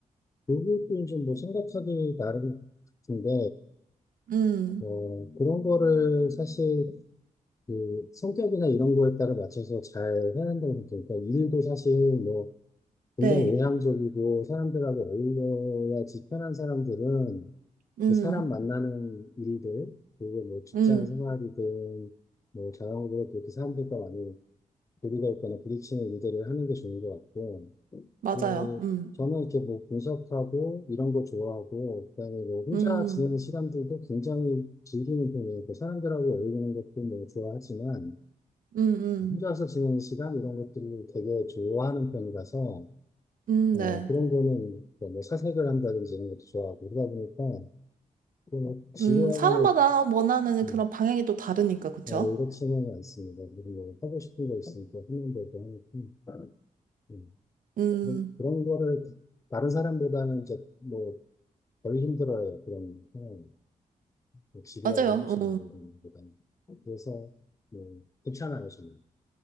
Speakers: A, on the left (about 20°); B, on the right (about 75°).
A: 그것도 이제 뭐 생각하기 나름 같은데,
B: 음,
A: 어, 그런 거를 사실 그 성격이나 이런 거에 따라 맞춰서 잘 해야 한다고 생각해요. 그러니까 일도 사실 뭐 굉장히
B: 네.
A: 외향적이고 사람들하고 어울려야지 편한 사람들은
B: 음,
A: 그 사람 만나는 일들, 그리고 뭐 직장
B: 음,
A: 생활이든 뭐 자영업으로 그렇게 사람들과 많이 교류가 있거나 부딪히는 일들을 하는 게 좋은 것 같고,
B: 맞아요.
A: 그
B: 음,
A: 저는 이렇게 뭐 분석하고 이런 거 좋아하고, 그다음에 뭐 혼자
B: 음,
A: 지내는 시간들도 굉장히 즐기는 편이에요. 그 사람들하고 어울리는 것도 뭐 좋아하지만,
B: 음,
A: 혼자서
B: 음,
A: 지내는 시간 이런 것들을 되게 좋아하는 편이라서
B: 음,
A: 어,
B: 네.
A: 그런 거는 뭐 뭐 사색을 한다든지 이런 것도 좋아하고 그러다 보니까 좀 지루하거나
B: 음, 사람마다 원하는
A: 이-
B: 그런
A: 음,
B: 방향이 또 다르니까, 그쵸?
A: 어, 이렇지는 않습니다. 그리고 뭐 하고 싶은 거 있으니까 하는 거고 하니까 음,
B: 음,
A: 그런, 그런 거를 다른 사람보다는 이제 뭐 덜 힘들어요. 그런 상황이 뭐 지루하고
B: 맞아요.
A: 힘쓰는
B: 어.
A: 거 이런 것보다는 그래서 뭐 괜찮아요 저는.